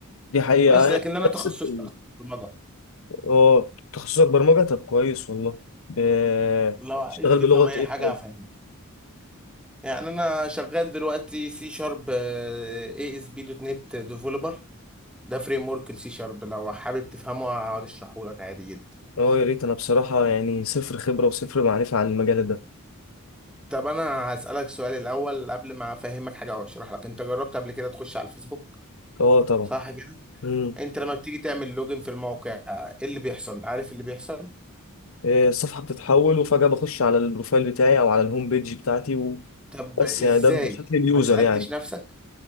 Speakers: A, on the left; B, in the centre.
A: دي حقيقه
B: بس
A: أنا
B: لكن أنا
A: نفس
B: تخصصي
A: الت-
B: أصلا برمجة
A: اه تخصصك برمجه طب كويس والله ب-
B: لو عايز
A: تشتغل
B: تفهم
A: بلغه
B: أي
A: ايه
B: حاجة
A: طيب
B: هفهمك يعني انا شغال دلوقتي سي شارب اي اس بي دوت نت ديفلوبر ده فريم ورك السي شارب لو حابب تفهمه هقعد اشرحه لك عادي جدا
A: اه يا ريت انا بصراحه يعني صفر خبره وصفر معرفه عن المجال ده
B: طب انا هسألك سؤال الاول قبل ما افهمك حاجه او اشرح لك انت جربت قبل كده تخش على الفيسبوك
A: اه طبعا
B: صح كده
A: مم.
B: انت لما بتيجي تعمل لوجن في الموقع ايه اللي بيحصل عارف اللي بيحصل
A: آه، الصفحة بتتحول وفجأة بخش على البروفايل بتاعي أو على الهوم بيج بتاعتي وبس
B: طب ازاي
A: يعني ده بشكل اليوزر
B: ما سألتش
A: يعني
B: نفسك